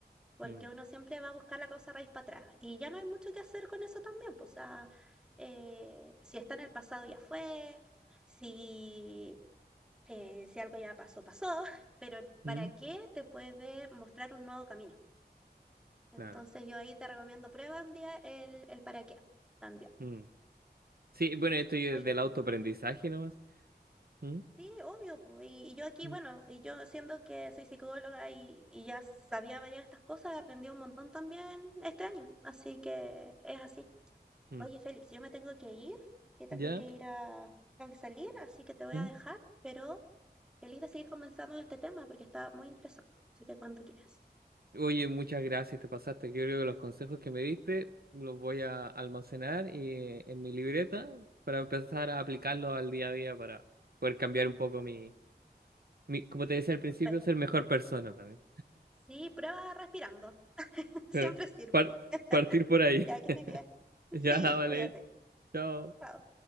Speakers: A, in the centre; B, on the right.
A: porque
B: Mm,
A: uno siempre va a buscar la causa raíz para atrás y ya no hay mucho que hacer con eso también, pues, o sea, eh, si está en el pasado ya fue, si, eh, si algo ya pasó, pasó, <laughs> pero para
B: mm,
A: qué te puede mostrar un nuevo camino. Entonces
B: Claro.
A: yo ahí te recomiendo prueba un día el, el para qué también.
B: Mm. Sí, bueno, esto ya
A: Oye,
B: es del autoaprendizaje
A: mm,
B: nomás. Mm,
A: sí, obvio, po, y, y yo aquí,
B: mm,
A: bueno, y yo siendo que soy psicóloga y, y ya sabía varias de estas cosas, aprendí un montón también este año, así que es así.
B: mm.
A: Oye, Félix, yo me tengo que ir, porque tengo
B: ¿Ya?
A: que ir a... Tengo que salir, así que te voy
B: mm.
A: a dejar, pero feliz de seguir conversando de este tema porque está muy interesante. Así que cuando quieras.
B: Oye, muchas gracias, te pasaste. Yo creo que los consejos que me diste los voy a almacenar y, en mi libreta para empezar a aplicarlos al día a día para poder cambiar un poco mi, mi, como te decía al principio,
A: Súper.
B: ser mejor persona también.
A: Sí, prueba respirando. <laughs>
B: <laughs>
A: Siempre
B: Claro.
A: sirve.
B: Par-
A: <laughs>
B: partir por ahí.
A: Ya que
B: <laughs>
A: estés bien.
B: Ya,
A: Sí,
B: vale.
A: cuídate.
B: Chao.
A: Chao.